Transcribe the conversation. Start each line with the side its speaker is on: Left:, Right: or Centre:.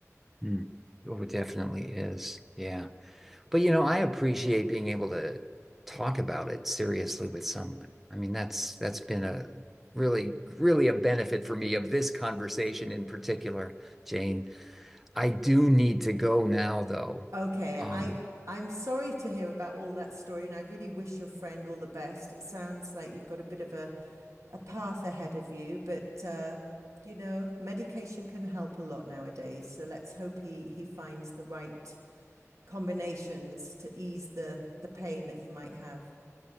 Centre: Mm. Oh, it definitely is. Yeah. But you know, I appreciate being able to talk about it seriously with someone. I mean, that's that's been a really, really a benefit for me of this conversation in particular, Jane. I do need to go now, though.
Right: Okay,
Centre: Um,
Right: I I'm sorry to hear about all that story, and I really wish your friend all the best. It sounds like you've got a bit of a a path ahead of you, but uh, you know, medication can help a lot nowadays. So let's hope he he finds the right combinations to ease the the pain that he might have.